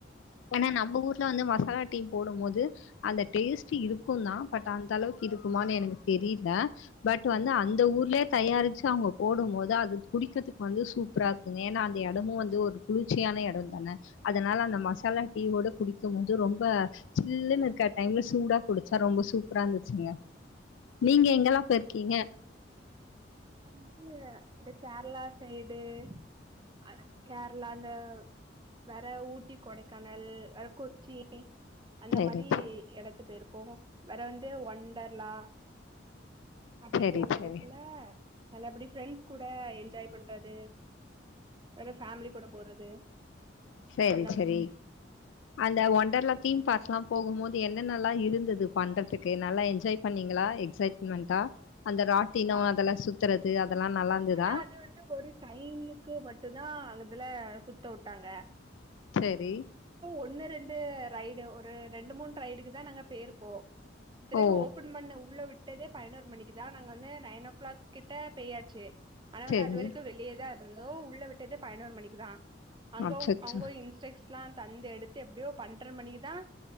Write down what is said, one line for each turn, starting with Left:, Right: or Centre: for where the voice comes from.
Left: ஏனா நம்ம ஊர்ல வந்து மசாலா டீ போடும் போது அந்த டேஸ்ட் இருக்குந்தா பட் அந்த அளவுக்கு இருக்குமானு எனக்கு தெரில பட் வந்து அந்த ஊர்லயே தயாரிச்சு அவங்க போடும் போது அது குடிக்கிறதுக்கு வந்து சூ ப்பரா இருக்குங்க ஏன்னா அந்த எடமு வந்து ஒரு குளிர்ச்சியான எடந்தான அதனால அந்த மசா லா டீ யோட குடிக்கும் போது ரொம்ப சில்லுன்னு இருக்க டைம்ல சூடா குடிச்சா ரொம்ப சூப்பரா இருந்துச்சுங்க நீங்க எங்கெலா போயிருக்கிங்க
Right: நா வந்து இந்த கேரளா சைடு அ கேரளா அந்த வேற ஊட்டி கொடைக்கானல் வேற கொச்சின் அந்த
Left: சரி
Right: மாரி எடத்து போயிருக்கோ வேற வந்து ஒண்டர்லா அப்படி
Left: சரி
Right: போன
Left: சரி
Right: எடத்துல நல்லபடி ஃப்ரெண்ட்ஸ் கூட என்ஜாய் பண்றது வேற ஃபேமிலி கூட போறது
Left: சரி
Right: அந்த
Left: செரி
Right: மாதிரி
Left: அந்த ஒண்டர்லா தீம் பார்க்லா போகும் போது என்னனெல்லா இருந்துது பண்றதுக்கு நல்லா என்ஜாய் பண்ணிங்களா எக்சைட்மென்ட்டா அந்த ராட்டினோ
Right: ஆ
Left: அதெல்லா சுத்துறது அதெல்லா நல்லா இருந்ததா
Right: ஆனா அது வந்து ஒரு டைமுக்கு மட்டுந்தா அங்கதுல சுத்த வுட்டாங்க
Left: செரி
Right: ஒன்னு ரெண்டு ரைடு ஒரு ரெண்டு மூணு ரைடுக்குதா நாங்க பேருப்போ பிறகு
Left: ஓ
Right: ஓபன் பண்ண உள்ள விட்டதே பயினோரு மணிக்குதா நாங்க வந்து நைன் ஓ கிளாக் கிட்ட பேயாச்சு ஆனா வந்து
Left: சேரி
Right: அது வரைக்கு வெளியதா இருந்தோ உள்ள விட்டதே பதினோரு மணிக்குதா அங்க
Left: அச்சச்சோ
Right: அங்கோ இன்ஸ்ட்ரக் ஷன்லா தந்து எடுத்து எப்டியோ பன்ட்ர மணிக்குதா